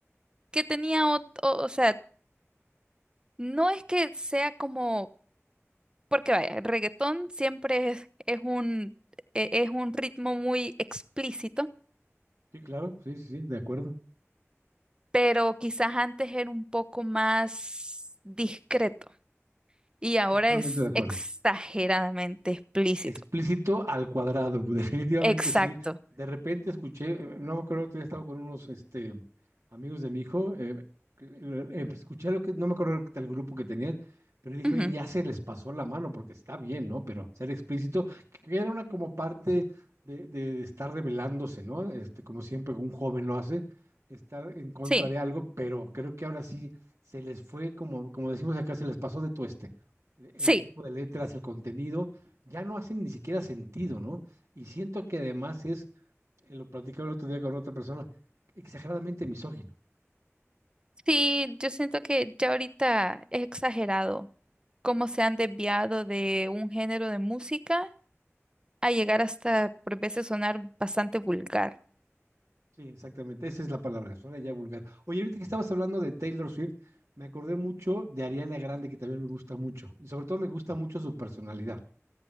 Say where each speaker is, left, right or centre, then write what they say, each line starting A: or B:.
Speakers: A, on the right (about 20°); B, on the right (about 75°).
A: que tenía, ot- o, o sea, no es que sea como, porque vaya, el reggaetón siempre es, es un, e- es un ritmo muy explícito,
B: Sí, claro, sí, sí, sí, de acuerdo.
A: pero quizás antes era un poco más discreto y ahora
B: Totalmente
A: es
B: de acuerdo.
A: exageradamente explícito.
B: Explícito al cuadrado, <laughs> definitivamente
A: Exacto.
B: sí. De repente escuché, eh, no me acuerdo que estaba con unos este, amigos de mi hijo, eh, que, eh, eh, escuché lo que, no me acuerdo del grupo que tenían, pero dije,
A: Ujú.
B: oye, ya se les pasó la mano porque está bien, ¿no? Pero ser explícito, que era una como parte de, de estar rebelándose, ¿no? Este, como siempre un joven lo hace, estar en contra
A: Sí,
B: de algo, pero creo que ahora sí se les fue, como, como decimos acá, se les pasó de tueste. El el
A: sí,
B: tipo de letras, el contenido ya no hacen ni siquiera sentido, ¿no? Y siento que además es, eh, lo platicaba el otro día con otra persona, exageradamente misógino.
A: sí, yo siento que ya ahorita es exagerado cómo se han desviado de un género de música a llegar hasta por veces sonar bastante vulgar.
B: Sí, exactamente, esa es la palabra, suena ya vulgar. Oye, ahorita que estabas hablando de Taylor Swift, me acordé mucho de Ariana Grande, que también me gusta mucho, y sobre todo me gusta mucho su personalidad.